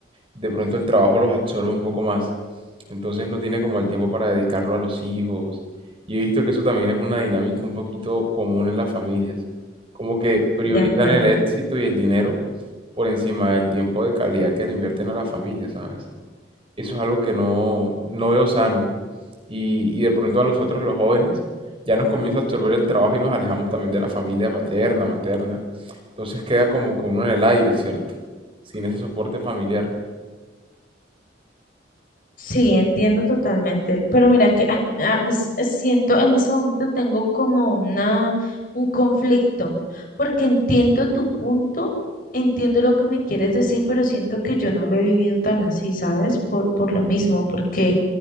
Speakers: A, on the right; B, on the left.
A: de pronto el trabajo los absorbe un poco más. Entonces no tiene como el tiempo para dedicarlo a los hijos. Y he visto que eso también es una dinámica un poquito común en las familias. Como que priorizan
B: de acuerdo.
A: el éxito y el dinero por encima del tiempo de calidad que le invierten a la familia, ¿sabes? Eso es algo que no, no veo sano. Y, y de pronto a nosotros los jóvenes ya nos comienza a absorber el trabajo y nos alejamos también de la familia paterna, materna. Entonces queda como que uno en el aire, ¿cierto? Sin ese soporte familiar.
B: Sí, entiendo totalmente, pero mira que <laughs> ah, ah, s- siento en ese momento tengo como una un conflicto, porque entiendo tu punto, entiendo lo que me quieres decir, pero siento que yo no lo he vivido tan así, ¿sabes? Por por lo mismo, porque